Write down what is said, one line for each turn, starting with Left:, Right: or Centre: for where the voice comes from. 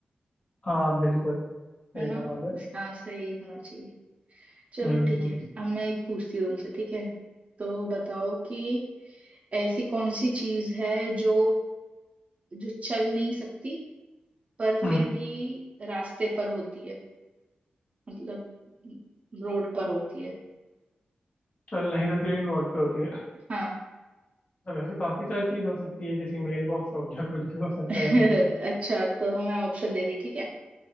Left: हाँ बिल्कुल सही
Right: है ना
Left: जवाब है
Right: इसका आंसर ये होना चाहिए चलो
Left: हम्म
Right: ठीक
Left: हम्म
Right: है अब मैं एक पूछती हूँ तुमसे ठीक है तो बताओ कि ऐसी कौन सी चीज है जो जो चल नहीं सकती पर
Left: हम्म।
Right: फिर भी रास्ते पर होती है मतलब रोड पर होती है
Left: चल नहीं सकती लेकिन रोड पे होती है
Right: हाँ
Left: तो वैसे तो काफी सारी चीज हो सकती है जैसे मेल बॉक्स हो गया कुछ भी हो सकता
Right: <laughs>
Left: है ऐसा
Right: अच्छा तो हमें ऑप्शन दे रही ठीक है